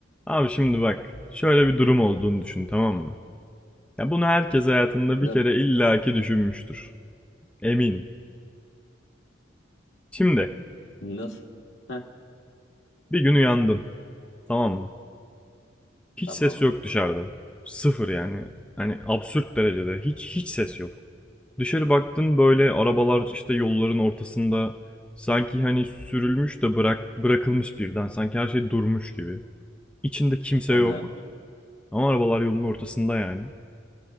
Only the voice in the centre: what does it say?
Abi şimdi bak, şöyle bir durum olduğunu düşün, tamam mı? Ya bunu herkes hayatında
bir kere illaki düşünmüştür. Eminim. Şimdi
bir gün uyandın, tamam mı? Hiç
ses yok dışarıda. Sıfır yani. Hani absürt derecede hiç hiç ses yok. Dışarı baktın böyle arabalar işte yolların ortasında sanki hani sürülmüş de bırak bırakılmış birden sanki her şey durmuş gibi. İçinde kimse
yok
ama arabalar yolun ortasında yani.